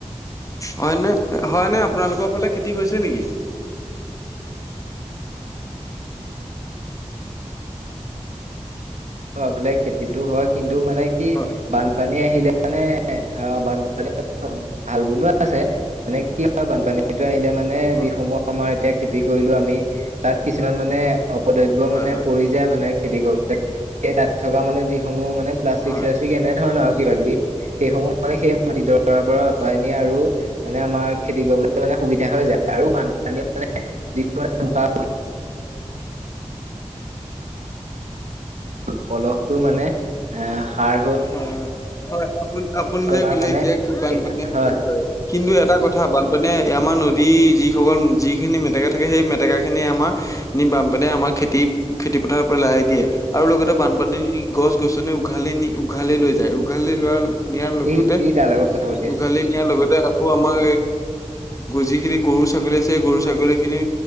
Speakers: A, on the left (about 25°); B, on the right (about 80°).
A: হয় নে হয় নে আপোনালোকৰ ফালে খেতি হৈছে নেকি? অ।
B: ফালে খেতিতো হয় কিন্তু মানে কি
A: হয়
B: বানপানী আহিলে। মানে অ বানপানী ভাল বনো আছে মানে কি হয় বানপানী আহিলে। মানে
A: হয়
B: যিসমূহ আমাৰ এতিয়া খেতি কৰিলো আমি তাত কিছুমান মানে। অপদ্ৰব্য
A: হয়
B: মানে
A: হয়
B: পৰি যায় মানে খেতি কৰোতে সেই তাত থকা মানে যিসমূহ মানে প্লাষ্টিক-চাষ্টিক
A: হয়
B: এনেধৰণৰ মানে কিবাকিবি এইসমূহ মানে। তাৰ পৰা
A: হয়
B: আঁতৰাই নিয়ে আৰু মানে আমাৰ খেতি কৰিবলৈ মানে সুবিধা হৈ যায় আৰু বানপানী মানে যিটো <unintelligible> পলহটো মানে। আহ সাৰ হৈ
A: হয় হয় আপুনি আপুনি যে
B: আমাৰ
A: কলে
B: মানে
A: এতিয়া বানপানীয়ে
B: সেই হয়
A: হে কৰে কিন্তু এটা কথা বানপানীয়ে আমাৰ নদী যি। সকল যিখিনি মেটেকা থাকে সেই মেটেকাখিনি আমাৰ বানপানীয়ে আমাৰ খেতি খেতিপথাৰৰ পৰা লাই। দিয়ে আৰু লগতে বানপানী গছ-গছনি উঘালি নি উঘালি লৈ যায় উঘালি লোৱাৰ। নিয়াৰ লগতে
B: ই ই তাৰ লগত কথা পাতি আছে
A: উঘালি নিয়াৰ লগতে আ। আমাৰ যিখিনি গৰু ছাগলী আছে গৰু ছাগলী খিনি